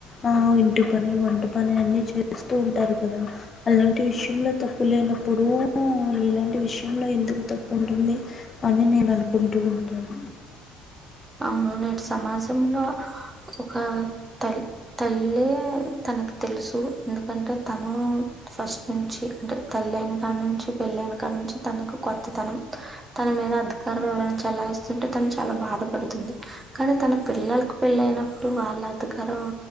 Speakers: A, on the left; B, on the right.
A: ఆ ఇంటి పని వంట పని అన్ని చేస్తూ ఉంటారు కదా అలాంటి విషయంలో తప్పు లేనప్పుడు ఇలాంటి విషయంలో ఎందుకు తప్పు ఉంటుంది అని నేను అనుకుంటూ ఉంటాను
B: అవును న సమాజంలో ఒక తల్ తల్లి తనకు తెలుసు ఎందుకంటే తను ఫస్ట్ నుంచి అంటే తల్ అయిన కాడి నుంచి పెళ్ళ అయిన కాడి నుంచి తనకు కొత్తతనం తన మీద అధికారం ఎవరనా చెల్లాయిస్తుంటే తను చాలా బాధపడుతు తుంది కానీ తన పిల్లలకు పెళ్ళ అయినప్పుడు వాళ్ళ అధికారం